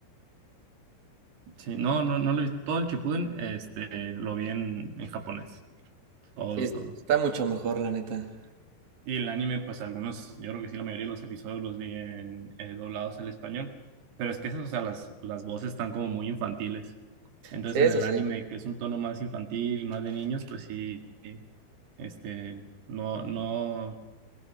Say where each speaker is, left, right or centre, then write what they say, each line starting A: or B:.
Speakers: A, on the right (about 65°); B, on the right (about 45°).
A: Sí, no, no, no lo he visto. Todo el Shippuden, este, lo vi en, en japonés. Todo,
B: Sí,
A: todo.
B: está mucho mejor, la neta.
A: Y el anime, pues algunos, yo creo que sí, la mayoría de los episodios los vi en eh, doblados al español, pero es que esas, o sea, las, las voces están como muy infantiles. Entonces
B: Sí, eso
A: en el
B: sí.
A: anime, que es un tono más infantil, más de niños, pues sí, este, no, no,